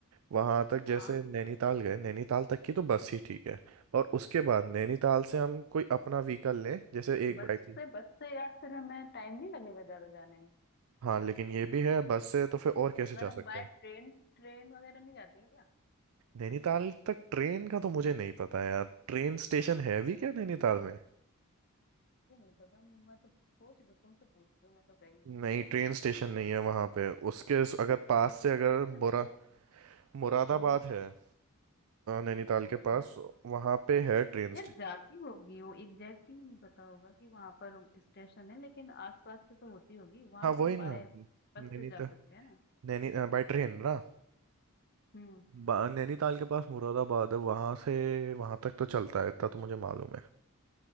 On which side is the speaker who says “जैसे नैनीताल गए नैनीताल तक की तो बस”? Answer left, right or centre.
Right